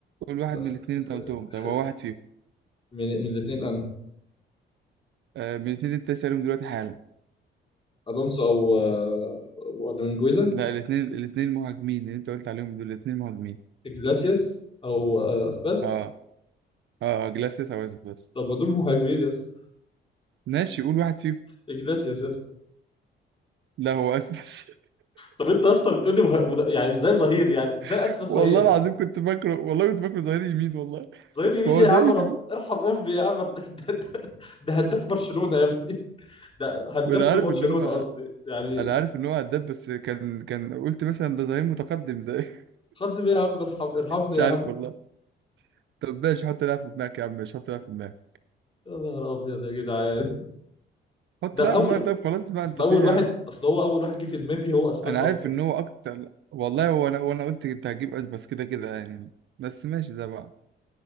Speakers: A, on the right; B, on the left.
A: قول واحد
B: خ...
A: من
B: خ...
A: الاثنين انت قلتهم طب
B: خ...
A: هو
B: خ-
A: واحد فيهم
B: من, من الاثنين انا
A: آه من الاثنين اللي انت سألهم دلوقتي حالا
B: الونسو او آه، ولا من جويزا
A: لا الاثنين الاثنين مهاجمين اللي انت قلت عليهم دول الاثنين مهاجمين
B: جلاسيس او آه اسباس
A: اه اه آه، جلاسيس او اسبس
B: طب ما دول مهاجمين يا اسطى
A: ماشي قول واحد فيهم
B: جلاسيس يا اسطى
A: لا هو اسبس
B: طب انت اصلا بتقول لي مه... مد- يعني ازاي ظهير يعني ازاي
A: <laughs>
B: اسفل ظهير
A: والله العظيم كنت فاكره والله كنت فاكره ظهير يمين والله
B: ظهير
A: <laughs>
B: يمين
A: ما هو
B: يا
A: ظهير
B: عم رب...
A: يمين
B: ارحم امي يا عم <laughs> ده, ده, ده هداف برشلونة يا ابني ده هداف
A: وانا
B: في
A: عارف
B: برشلونة
A: ان هو
B: قصدي يعني
A: انا عارف ان هو هداف بس كان كان قلت مثلا ده ظهير متقدم زي <laughs>
B: خد بيه يا عم ارحم ارحمني
A: مش
B: يا
A: عارف
B: عم
A: والله طب ماشي حط لعبة في دماغك يا عم ماشي حط لعبة في دماغك
B: يا نهار ابيض يا جدعان
A: حط
B: ده
A: لعبة
B: اول
A: في دماغك طب خلاص بقى
B: اصل
A: انت
B: اول
A: في ايه يا
B: واحد
A: عم
B: اصل هو اول واحد جه في دماغي هو اسباس
A: انا
B: اصلا
A: عارف ان هو اكتر والله هو انا وانا قلت انت هتجيب اس بس كده كده يعني بس ماشي زي بعض